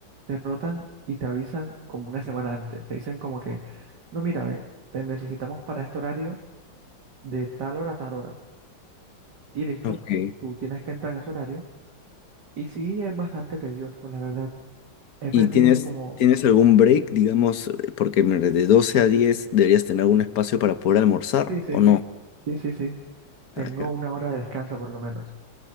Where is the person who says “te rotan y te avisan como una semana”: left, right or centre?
Right